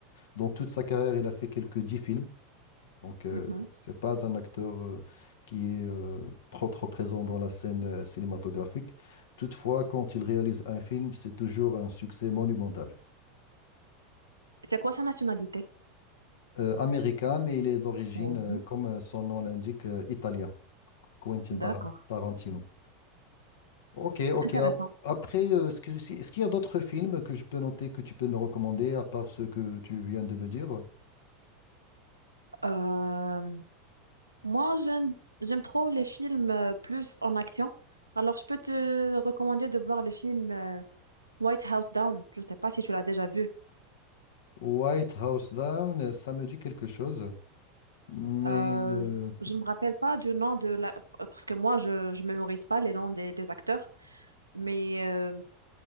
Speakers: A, on the left (about 60°); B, on the right (about 80°).
A: dans toute sa carrière, il a fait quelques dix films. Donc, euh,
B: Mhm.
A: c'est pas un acteur euh, qui est euh, trop trop présent dans la scène euh, cinématographique. Toutefois, quand il réalise un film, c'est toujours un succès monumental.
B: C'est quoi sa nationalité?
A: Euh, américain, mais il est d'origine,
B: Mhm.
A: euh, comme euh, son nom l'indique, euh, italien. Quentin
B: D'accord.
A: Tar- Tarantino. Ok, ok.
B: Intéressant.
A: ap- Après, euh, est-ce que- si- est-ce qu'il y a d'autres films que je peux noter que tu peux me recommander à part ce que tu viens de me dire?
B: Euh, moi, j'aime, j'aime trop les films euh, plus en action. Alors, je peux te recommander de voir le film euh, White House Down. Je ne sais pas si tu l'as déjà vu.
A: White House Down, euh, ça me dit quelque chose, mais
B: Euh,
A: euh,
B: je ne me rappelle pas du nom de la... Parce que moi, je ne mémorise pas les noms des, des acteurs. Mais euh,